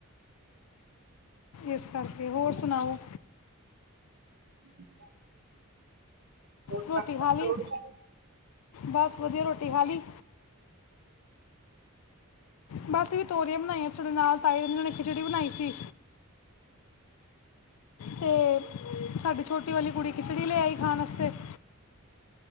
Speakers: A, on the left; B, on the right.
A: ਇਸ ਕਰਕੇ ਹੋਰ ਸੁਣਾਓ
B: <inaudible>
A: ਰੋਟੀ
B: ਕੰਮ ਤਾਂ
A: ਖਾ
B: ਚੋਟੀਆਂ
A: ਲੀ
B: ਨਹੀਂ
A: ਬਸ ਵਧੀਆ ਰੋਟੀ ਖਾ ਲੀ ਬੱਸ ਵੀ ਤੋਰੀਆਂ ਬਣਾਈਆਂ ਸਾਡੇ ਨਾਲ ਤਾਈ ਨੇ ਖਿਚੜੀ ਬਣਾਈ ਸੀ ਤੇ ਸਾਡੀ ਛੋਟੀ ਵਾਲੀ ਕੁੜੀ ਖਿਚੜੀ ਲੈ ਆਈ ਖਾਣ ਵਾਸਤੇ <inaudible>